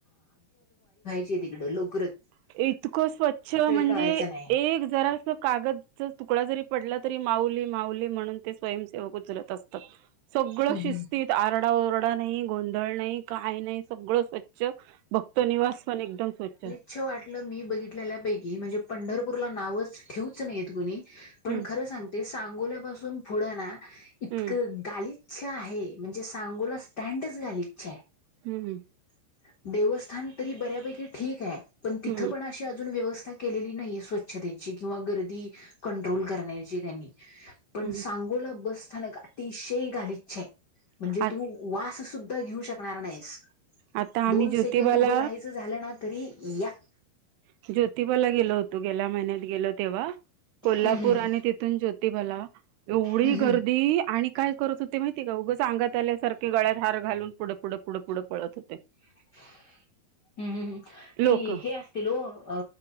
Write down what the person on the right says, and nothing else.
<inaudible> इतकं स्वच्छ म्हणजे
एक जरास कागदच तुकडा जरी पडला तरी माऊली माऊली म्हणून ते स्वयंसेवक उचलत असतात. <inaudible> सगळं
शिस्तीत आरडा ओरडा नाही गोंधळ नाही काही नाही सगळं स्वच्छ <inaudible> भक्त निवास पण एकदम स्वच्छ <inaudible>
हम्म
हम्म
<inaudible> हम् हम
हम्म
हम्म
आ
आता
आम्ही
ज्योतिबाला
<inaudible> ज्योतिबाला गेलो होतो गेल्या महिन्यात गेलो तेव्हा <inaudible> कोल्हापूर
आणि तिथून ज्योतिबाला एवढी
गर्दी आणि काय करत होते माहिती का उगच अंगात आल्याारखे गळ्यात हार घालून पुढं पुढं पुढं पुढं पळत होते.
लोक